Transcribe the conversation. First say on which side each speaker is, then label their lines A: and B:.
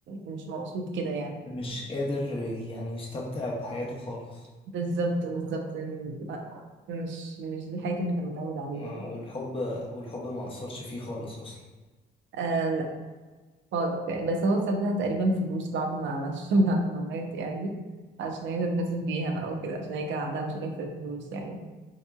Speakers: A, on the right; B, on the left.
A: مش مبسوط كده يعني
B: مش قادر يعني يستمتع بحياته خالص
A: بالظبط بالظبط لا مش مش دي حياته اللي كان متعود عليها
B: آه والحب والحب ما اثرش فيه خالص اصلا
A: آه لا خالص يعني بس هو سابها تقريبا فلوس بعد ما عملش <laughs> بعد ما مات يعني عشان هي تتبسط بيها بقى وكده عشان هي كان عندها مشاكل في الفلوس يعني